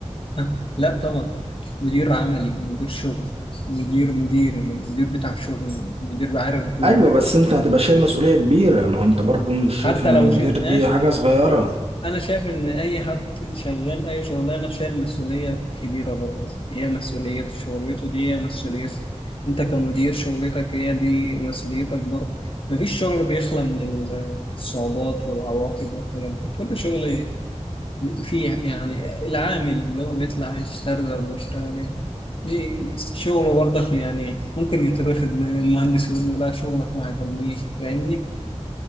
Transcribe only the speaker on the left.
<laughs> لا طبعا مدير عملي مدير شغل مدير مدير مدير بتاع شغل مدير عارف الدور
حتى
لو
شيء
ماشي
انا شايف ان اي حد شغال اي شغلانه شايل مسؤوليه كبيره برضه هي مسؤوليته شغلته دي هي مسؤوليته انت كمدير شغلتك هي دي مسؤوليتك برضه مفيش شغل بيخلى من ال- الصعوبات والعواقب والحاجات دي كل شغل فيه يعني العامل اللي هو بيطلع يشتغل ويشتغل يعني بي- شغله برضك يعني ممكن يترفض من المهندس يقول له لا شغلك ما عجبنيش فاهمني